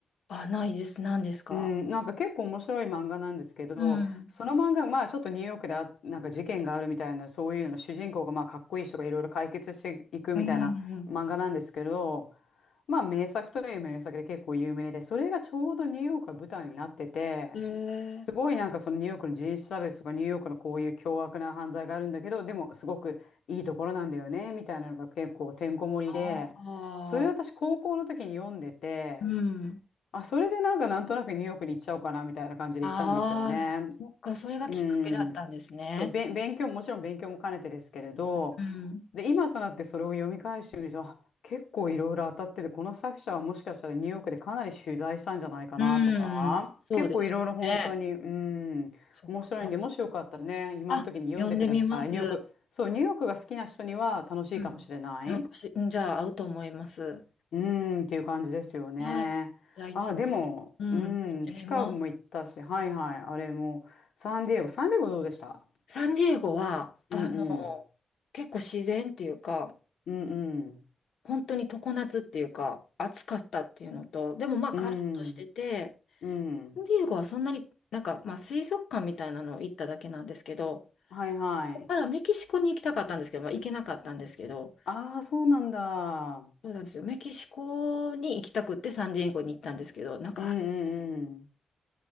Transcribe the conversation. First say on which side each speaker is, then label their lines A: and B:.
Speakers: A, on the left; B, on the left.
A: あ、ないです。何ですか
B: うん、なんか結構面白い漫画なんですけど、
A: うん。
B: その漫画、まあちょっとニューヨークであなんか事件があるみたいな、そういうの、主人公がまあかっこいい人がいろいろ解決していくみたいな漫画なんですけど、
A: うん。うん。
B: まあ名作という名作で結構有名で、それがちょうどニューヨークが舞台になってて、
A: うんえー、
B: すごいなんかそのニューヨークの人種差別とかニューヨークのこういう凶悪な犯罪があるんだけど、でもすごくいいところなんだよね、みたいなのが結構てんこ盛りで、
A: ああ。
B: それを私高校の時に読んでて、
A: うん。
B: あ、それでなんかなんとなくニューヨークに行っちゃおうかなみたいな感じで行ったんですよね。
A: ああ、そっか、それがきっかけだったんですね。
B: うん。べ、勉強も、もちろん勉強も兼ねてですけれど、
A: うん。
B: で、今となってそれを読み返してみると、あ結構いろいろ当たってて、この作者はもしかしたらニューヨークでかなり取材したんじゃないかなとか、
A: うん。そうでしょうね。
B: 結構いろいろ本当に、うん、
A: そっか。
B: 面白いんで、もしよかったらね、今の時に読んでください。
A: あ、呼んでみます。
B: ニューヨーク、そう、ニューヨークが好きな人には楽しいかもしれない。
A: うん。私、うんじゃあ、合うと思います。
B: うーん、っていう感じですよね。
A: はい。じゃあ、一度、
B: あ、でも、
A: うん、
B: うん、
A: 呼んでみます。
B: シカゴも行ったし、はいはい、あれも、サンディエゴ、サンディエゴどうでした
A: サンディエゴは、あの、
B: うんうん、
A: 結構自然っていうか、
B: うんうん、
A: 本当に常夏っていうか、暑かったっていうのと、でもまあ、
B: うん、
A: カラッとしてて、
B: うん、
A: サンディエゴはそんなになんか、まあ、水族館みたいなの行っただけなんですけど、
B: はいはい。
A: ここからメキシコに行きたかったんですけど、まあ、行けなかったんですけど、
B: ああ、そうなんだ。
A: そうなんですよ。メキシコに行きたくってサンディエゴに行ったんですけど、なんか、
B: うんうんうん。